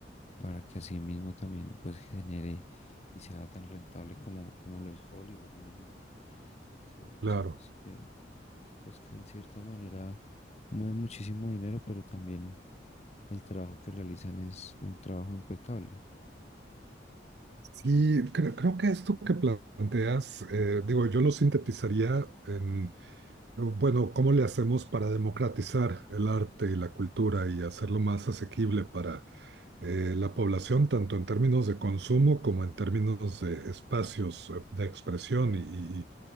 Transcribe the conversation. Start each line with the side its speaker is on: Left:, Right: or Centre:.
Left: para que así mismo también pues genere y sea tan rentable como, como lo es Hollywood, un ejemplo, que
Right: claro.
Left: sabes que pues que de cierta manera mueven muchísimo dinero, pero también el trabajo que realizan es un trabajo impecable.
Right: Sí, cre- creo que esto que planteas, eh, digo, yo lo sintetizaría en, eh, bueno, ¿cómo le hacemos para democratizar el arte y la cultura y hacerlo más asequible para eh, la población, tanto en términos de consumo como en términos de espacios eh, de expresión y